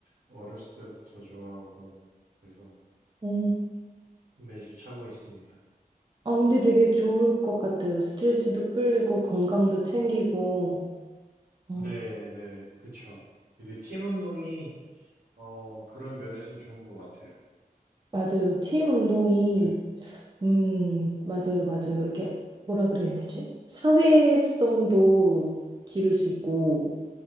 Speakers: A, on the right; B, on the right.
A: 어렸을 때부터 좋아하고, 그래서
B: 오.
A: 매주 차고 있습니다.
B: 아, 근데 되게 좋을 것 같아요. 스트레스도 풀리고, 건강도 챙기고. 어,
A: 네, 네, 그쵸. 이게 팀 운동이, 어, 그런 면에서는 좋은 것 같아요.
B: 맞아요. 팀 운동이
A: 네,
B: 음, 맞아요, 맞아요. 이게 뭐라 그래야 되지? 사회성도 기를 수 있고,